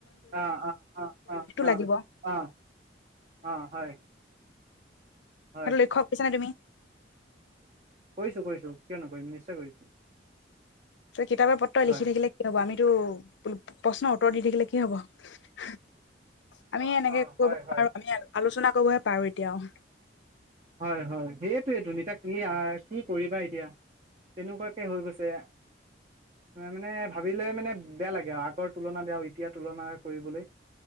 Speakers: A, on the right; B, on the left.
A: অ অ অ অ অ
B: লাগিব
A: অ অ হয় হয়
B: সেইটো লক্ষ্য কৰিছানে তুমি
A: কৰিছো কৰিছো কিয় নকৰিম নিশ্চয় কৰিছো
B: ত কিতাপে পত্ৰ‌ই
A: হয়
B: লিখি থাকিলে কি হব আমিতো প্ৰশ্নৰ উত্তৰ দি থাকিলে কি হ'ব আমি
A: অ
B: এনেকে
A: অ
B: একো
A: হয়
B: কৰিব নোৱাৰো
A: হয়
B: আমি আলোচনা কৰিবহে পাৰো এতিয়াও
A: হয় হয় সেইটোৱেই তো, যেতিয়া কেৰিয়াৰ কি কৰিবা এতিয়া তেনেকুৱাকে হৈ গৈছে মানে ভাবিলে মানে বেয়া লাগে আৰু আগৰ তুলনা আৰু এতিয়া তুলনা কৰিবলৈ